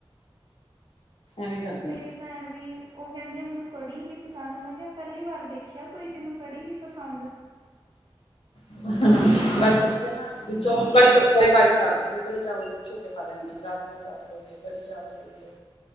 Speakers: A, on the left; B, on the right.
A: ਐਵੇਂ ਕਰਦੇ
B: ਮੇਰੀ ਭੈਣ ਵੀ, ਉਹ ਕਹਿੰਦੀ ਆ, ਮੈਨੂੰ ਕੜੀ ਹੀ ਨੀ ਪਸੰਦ, ਮੈਂ ਕਿਹਾ ਪਹਿਲੀ ਵਾਰ ਦੇਖਿਆ ਕੋਈ ਜਿਹਨੂੰ ਕੜੀ ਨੀ ਪਸੰਦ
A: ਹ ਬਸ ਬੱਚਾ ਨਾ ਵਿੱਚੋਂ ਕੜੀ 'ਚੋ ਪਕੌੜੇ ਕਢ ਕੇ ਰੱਖ ਦਿੰਦੇ, ਕੜੀ ਚਾਵਲ ਤੇ ਕੁਛ ਹੋ ਕੇ ਖਾ ਲੈਂਦੇ। ਰਾਜਮਾਂ ਚਾਵਲ ਹੋ ਗਏ, ਕੜੀ ਚਾਵਲ ਹੋ ਗਏ